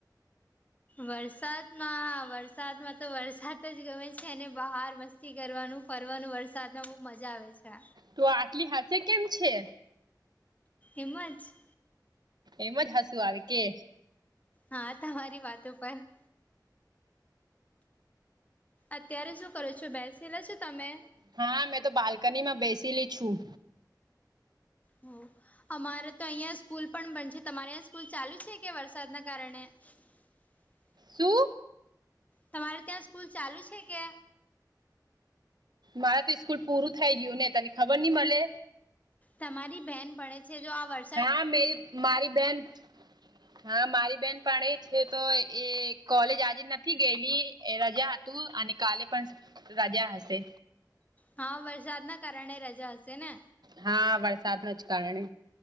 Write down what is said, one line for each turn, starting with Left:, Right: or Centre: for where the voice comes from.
Left: વરસાદમાં વરસાદમાં તો વરસાદ જ ગમે છે અને બહાર મસ્ તી કરવાનું ફરવાનું વરસાદમાં બહુ મજા આવે છે.
Right: તો આટલી હસે કેમ છે?
Left: એમ જ.
Right: એમજ હસુ આવે કે.
Left: હા તમારી વાતો પર અત્યારે શું કરો છો બેસેલા છો તમે?
Right: હા મેં તો બાલ્કની માં બેસીલી છું.
Left: હ. અમારે તો અહિયાં સ્કૂલ પણ બન છે, તમારે અહીંયા સ્કૂલ ચાલુ છે કે વરસાદના કારણે? <unintelligible>
Right: શું?
Left: તમારે ત્યાં સ્કૂલ ચાલુ છે કે?
Right: મારા તો સ્કૂલ પૂરું થઈ ગયું ને તને ખબર નઈ મળે.
Left: તમારી બેન ભણે છે જો આ વર્ષ
Right: હા મેરી મારી બેન હા મારી બેન ભણે છે તો એ કોલેજ આજે નથી ગયેલી એ રજા હતું અને કાલે પણ રજા હશે.
Left: હા વરસાદ ના કારણે રજા હશે ને.
Right: હા વરસાદ નુ જ કારણે